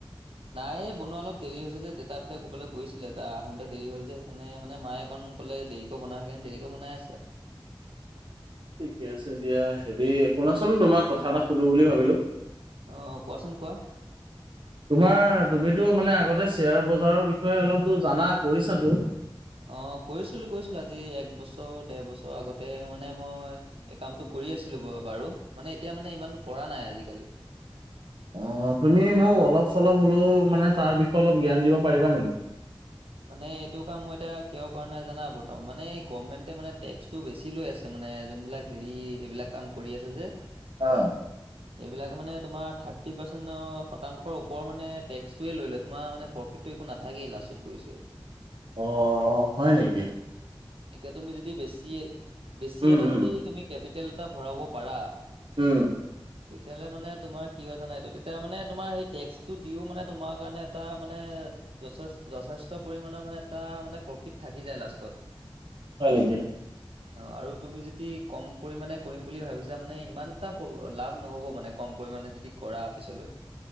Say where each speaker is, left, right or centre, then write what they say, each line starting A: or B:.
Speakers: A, on the right (about 80°); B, on the right (about 60°).
A: নাই, এ বনোৱা অলপ দেৰি হৈছে যে। দেউতা এফালে ক'ৰবালৈ গৈছিলে। এটা আহোতে দেৰি হ'ল যে, সেইকাৰণে মায়ে অক <unintelligible> ক'লে দেৰিকে বনাই সেইকাৰণে দেৰিকে বনাই আছে আ
B: ঠিকে আছে দিয়া হেৰি শুনাচোন তোমাক কথা এটা সুধো বুলি ভাবিলো।
A: আৰু অ কোৱাচোন কোৱা?
B: তোমাৰ তুমিতো মানে আগতে শ্বেয়াৰ বজাৰৰ বিষয়ে অলপতো জানা, কৰিছাতো।
A: অ' কৰিছিলোঁ - কৰিছিলোঁ। আজি এক বছৰ, দেৰ বছৰ আগতে মানে মই এই কামটো কৰি আছিলোঁ ব- বাৰু। মানে এতিয়া মানে ইমান কৰা নাই আজিকালি।
B: <unintelligible> অ' তুমি মোক অলপ-চলপ হ'লেও মানে তাৰ বিষয়ে অলপ জ্ঞান দিব পাৰিবা নেকি?
A: মানে এইটো কাম মই এতিয়া কিয় কৰা নাই জানা? বৰ্তমান মানে গভমেন্টে মানে টেক্সটো বেছি লৈ আছে ম মানে যোনবিলাক হেৰি এইবিলাক কাম কৰি আছে যে
B: অ
A: এইবিলাক মানে তোমাৰ থাৰ্টি পাৰ্চেণৰ শতাংশৰ ওপৰৰ মানে টেক্সটোৱে লৈ লয়। তোমাৰ মানে প্ৰফি একো নাথাকেই লাষ্টত, গৈ ছৈ।
B: অ' - অ' হয় নেকি?
A: এতিয়া তুমি যদি বেছি- বেছি
B: উম
A: এটা
B: উম
A: যদি তুমি কেপি টেল এটা ভৰাব পাৰা
B: উম।
A: তেতিয়ালে মানে তোমাৰ কি হয় জানা? এইটো তেতিয়া মানে তোমাৰ সেই টেক্সটো দিওঁ মানে তোমাৰ কাৰণে এটা মানে অ' যথেষ- যথেষ্ট পৰিমাণৰ মানে এটা মানে প্ৰফিট থাকি যায় লাষ্টত।
B: হয় নেকি?
A: অ' আৰু তুমি যদি কম পৰিমাণে কৰিম বুলি ভাবিছা মানে, ইমানটা প- লাভ নহ'ব মানে, কম পৰিমাণে যদি কৰা পিছলৈ।